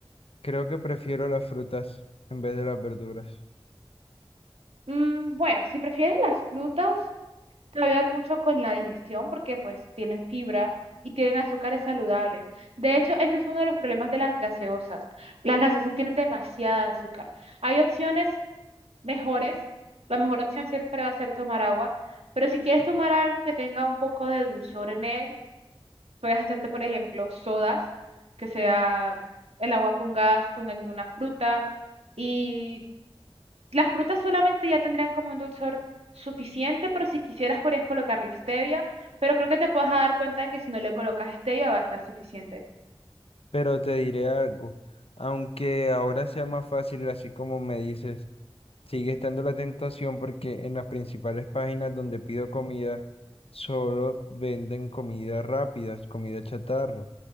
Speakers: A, on the left (about 70°); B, on the right (about 85°).
A: Creo que prefiero las frutas en vez de las verduras.
B: Mm, bueno, si prefieres las frutas, Te va a ayudar mucho con la digestión porque pues tienen fibra y tienen azúcares saludables. De hecho, ese es uno de los problemas de las gaseosas. Las gaseosas tienen demasiada azúcar. Hay opciones mejores. La mejor opción siempre va a ser tomar agua, pero si quieres tomar algo que tenga un poco de dulzor en él, puedes hacerte, por ejemplo, sodas, que sea el agua con gas, con alguna fruta. Y las frutas solamente ya tendrían como un dulzor suficiente, pero si quisieras podrías colocarle stevia, pero creo que te puedes dar cuenta de que si no le colocas stevia va a estar suficiente.
A: Pero te diré algo, aunque ahora sea más fácil, así como me dices, sigue estando la tentación porque en las principales páginas donde pido comida solo venden comida rápida, comida chatarra.